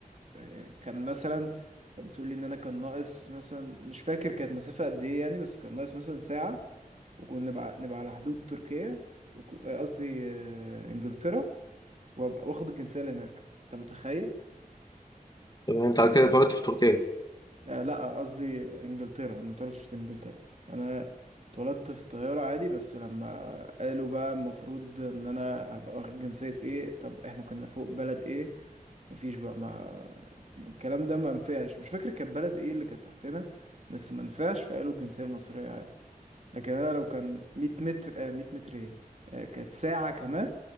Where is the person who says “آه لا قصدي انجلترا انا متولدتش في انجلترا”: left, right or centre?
Right